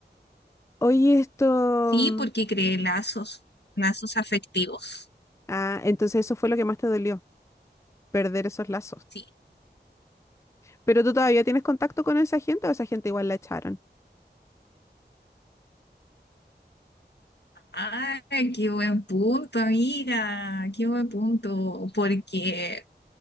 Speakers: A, on the left (about 15°); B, on the left (about 70°).
A: Oye, esto...
B: Sí, porque creé lazos, lazos afectivos.
A: Ah, entonces eso fue lo que más te dolió, perder esos lazos.
B: Sí.
A: Pero tú todavía tienes contacto con esa gente o esa gente igual la echaron.
B: Ay, qué buen punto, amiga, qué buen punto, porque